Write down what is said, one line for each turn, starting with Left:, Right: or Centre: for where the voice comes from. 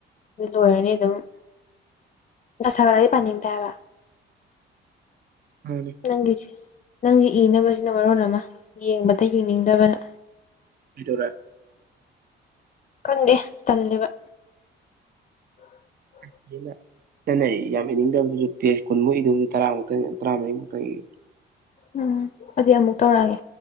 Left: ꯑꯗꯨ ꯂꯣꯏꯔꯅꯤ ꯑꯗꯨꯝ ꯅꯨꯡꯁꯥ ꯁꯥꯒꯠꯂꯗꯤ ꯄꯥꯅꯤꯡꯗꯦ ꯍꯥꯏꯕ
Right: ꯃꯥꯅꯦ
Left: ꯅꯪꯒꯤꯁꯦ ꯅꯪꯒꯤ ꯏꯅꯕꯁꯤꯅ ꯃꯔꯣꯟ ꯑꯃ ꯌꯦꯡꯕꯗ ꯌꯦꯡꯅꯤꯡꯗꯕꯅ
Right: ꯀꯩꯗꯧꯔꯦ
Left: ꯈꯪꯗꯦ ꯇꯜꯂꯦꯕ ꯎ <unintelligible>
Right: ꯌꯥꯝ ꯇꯦꯟꯅ ꯆꯟꯅ ꯌꯥꯝ ꯏꯅꯤꯡꯗ꯭ꯔꯕꯁꯨ ꯄꯦꯖ ꯀꯨꯟꯃꯨꯛ ꯏꯗꯨꯕꯗꯨ ꯇꯔꯥꯃꯨꯛꯇꯪ ꯇꯔꯥꯃꯔꯤꯃꯨꯛꯇꯪ ꯏꯌꯨ
Left: ꯎꯝ ꯑꯗꯨꯗꯤ ꯑꯃꯨꯛ ꯇꯧꯔꯛꯑꯒꯦ